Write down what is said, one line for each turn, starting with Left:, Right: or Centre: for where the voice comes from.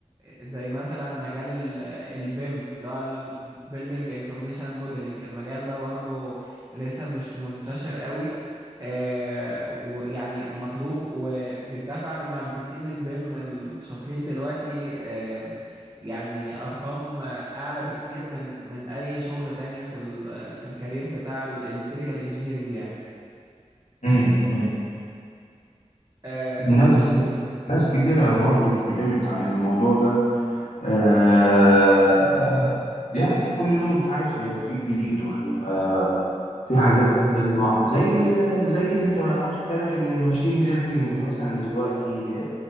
Right: زي مثلا مجال ال- البيم اللي هو ال Building Information Modeling المجال ده برضو لسه مش منتشر قوي آه ويعني مطلوب وبيدفع لمهندسين البيم الشاطرين دلوقتي آه يعني ارقام اعلى بكتير من من اي شغل تاني في ال في الكارير بتاع الالكتريكال انجينيرنج يعني
Left: امم امم
Right: آه
Left: ناس ناس كتيرة برضو اتكلمت عن الموضوع ده آه يعني كل يوم انت عارف هيبقى فيه جديد وهيبقى في حاجات هتطلع زي زي انت واخد بالك ان الماشين ليرنينج مثلا دلوقتي